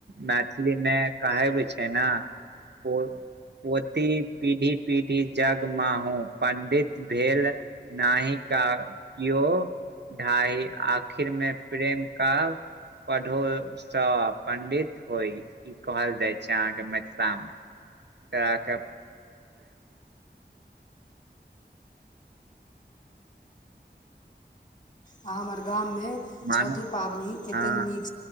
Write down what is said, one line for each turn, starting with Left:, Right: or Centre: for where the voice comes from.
Right: मैथिलीमे कहैबे छै ने ओ पोती पीढ़ी पीढ़ी जग माहूँ पंडित भेल नहि क केओ ढाई आखिरमे प्रेम का पढ़ोसँ पंडित होइ ई कहल जाय छै अहां के मिथिला मे त क
Left: हमर गाममे
Right: मानू
Left: छठि पाबनि कतेक
Right: हँ
Left: नीक